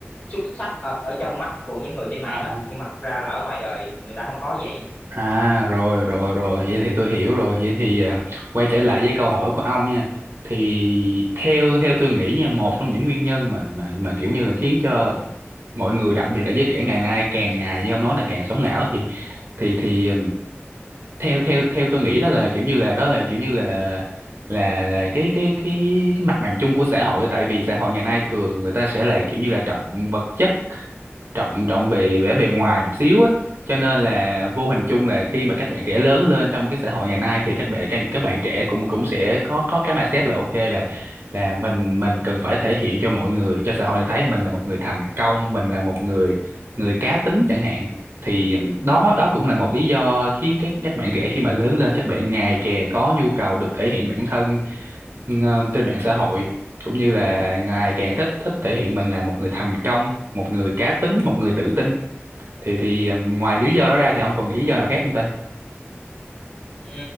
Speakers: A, on the left (about 45°); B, on the right (about 60°).
A: xuất sắc ở, ở trong mắt của những người trên mạng
B: à,
A: á nhưng mà thật ra là ở ngoài đời người ta không có vậy
B: à rồi rồi rồi vậy thì tôi hiểu rồi vậy thì à, quay trở lại với câu hỏi của ông nha thì theo theo tôi nghĩ nha một trong những nguyên nhân mà mà mà kiểu như là khiến cho mọi người đặc biệt là giới trẻ ngày nay càng ngày như ông nói là càng sống ảo thì thì thì ừm, theo theo theo tôi nghĩ đó là kiểu như là đó là kiểu như là là là cái cái cái cái mặt bằng chung của xã hội tại vì xã hội ngày nay thường người ta sẽ là kiểu như là trọng vật chất trọng trọng về vẻ bề ngoài một xíu á cho nên là vô hình chung là khi mà các bạn trẻ lớn lên trong cái xã hội ngày nay thì các bạn các, các bạn trẻ cũng cũng sẽ có có cái mindset là ok là là mình mình cần phải thể hiện cho mọi người cho xã hội này thấy mình là một người thành công mình là một người người cá tính chẳng hạn thì đó đó cũng là một lý do khiến các các bạn trẻ khi mà lớn lên các bạn ngày càng có nhu cầu được thể hiện bản thân ừ, trên mạng xã hội cũng như là ngày càng thích thích thể hiện mình là một người thành công một người cá tính một người tự tin thì thì um, ngoài lý do đó ra thì ông còn nghĩ lý do nào khác không ta
A: Ừ,